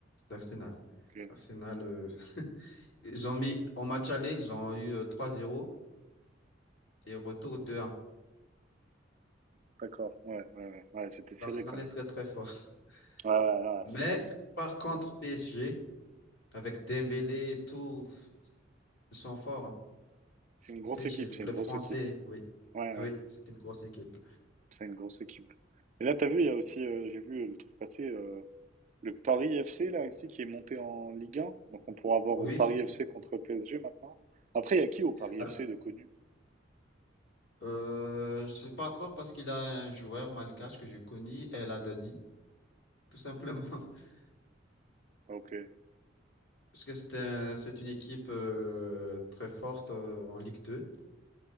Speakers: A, on the left (about 65°); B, on the right (about 40°).
A: D'Arsenal.
B: ok.
A: Arsenal, euh, <laughs> ils ont mis en match aller, ils ont eu euh, 3-0 et retour 2-1.
B: D'accord, ouais, ouais, ouais, Ouais, c'était serré
A: L'Arsenal
B: quand
A: est
B: même.
A: très très fort.
B: Ouais, ouais,
A: <laughs>
B: là,
A: Mais
B: Arsenal, ils-
A: par contre PSG avec Dembélé et tout, ils sont forts. hein.
B: c'est une grosse
A: Le PSG,
B: équipe,
A: le
B: c'est
A: club
B: une grosse
A: français,
B: équipe.
A: oui.
B: Ouais,
A: Ah
B: ouais.
A: Oui, c'est une grosse équipe.
B: C'est une grosse équipe. Et là, t'as vu, il y a aussi, euh, j'ai vu euh, le truc passer, euh, le Paris FC, là, ici, qui est monté en Ligue 1. Donc, on pourra avoir
A: Oui.
B: Paris FC contre PSG maintenant. Après, il y a qui au Paris
A: Ah,
B: FC de connu?
A: Euh, je sais pas encore parce qu'il a un joueur malgache que je connais, El Haddadi, tout simplement. <laughs>
B: Ah, ok,
A: Parce que c'est un-
B: d'accord.
A: c'est une équipe euh, très forte euh, en Ligue 2.